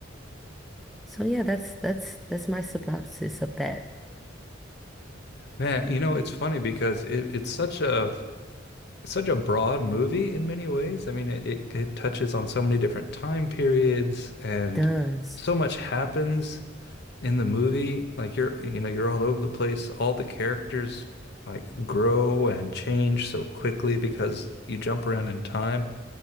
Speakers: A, in the centre; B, on the left.
A: So yeah, that's that's that's my synopsis of that.
B: Man, you know, it's funny because it, it's such a It's such a broad movie in many ways. I mean, it, it, it touches on so many different time periods and
A: It does.
B: so much happens in the movie. Like you're, you know, you're all over the place. All the characters like grow and change so quickly because you jump around in time.